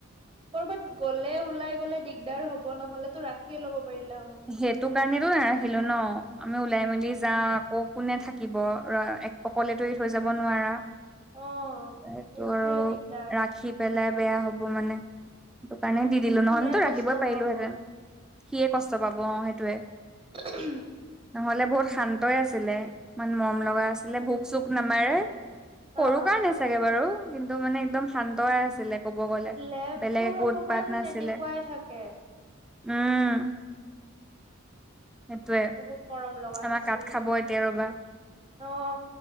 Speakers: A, on the right (about 25°); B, in the centre.
A: কৰ'বাত গ'লে ওলাই গলে দিগদাৰ হ'ব নহলে তো ৰাখিয়ে ল'ব পাৰিলে হয়।
B: সেইটো কাৰণেতো নাৰাখিলো ন'আমি ওলাই মেলি যাও আকৌ কোনে থাকিব ৰ অকলেতো এৰি থৈ যাব নোৱাৰা।
A: অ'।
B: সেইটো
A: সেইটোৱে
B: আৰু
A: দিগদাৰ
B: ৰাখি পেলাই বেয়া হ'ব মানে। সেটো কাৰণে দি দিলো
A: সিহে
B: ন'হলেতো
A: কষ্ট
B: ৰাখিবই পাৰিলোহেতেন
A: পাব।
B: সিয়ে কষ্ট পাব অ, সেইটোৱে।
A: উম,
B: ন'হলে বহুত শান্তই আছিলে ইমান মৰম লগা আছিলে ভোক- চোক নামাৰে।
A: অ'।
B: সৰু কাৰণে চাগে বাৰু কিন্তু মানে একদম শান্তই আছিলে। ক'ব গ'লে
A: লেববোৰ
B: বেলেগ একো
A: অকমান
B: উৎপাত নাছিলে
A: তেনেকুৱাই থাকে
B: উম, সেইটোয়ে
A: বহুত মৰম লগা
B: আমাৰ
A: আছিল
B: কাত খাব এতিয়া ৰবা
A: অহ,